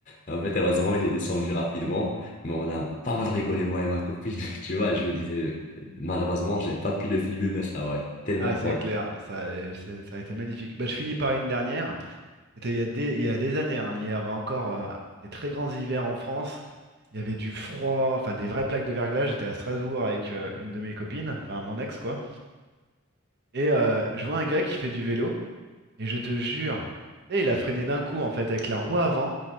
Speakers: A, on the left; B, on the right.
A: En fait, heureusement, il est descendu rapidement, mais on a pas mal rigolé, moi et ma copine. <laughs> Tu vois, je me disais, malheureusement, j'ai pas pu le filmer, mais ça aurait été tellement
B: Ah,
A: drôle.
B: c'est clair,
A: <laughs>
B: ça, euh, c'est- ça a été magnifique. Bah, je finis par une dernière. C'était il y a des, il y a des années, hein. Il y avait encore euh, des très grands hivers en France. Il y avait du froid, enfin des vraies plaques de verglas. J'étais à Strasbourg avec euh, une de mes copines, enfin mon ex quoi. Et euh, je vois un gars qui fait du vélo, et je te jure, tu sais, il a freiné d'un coup en fait avec la roue avant.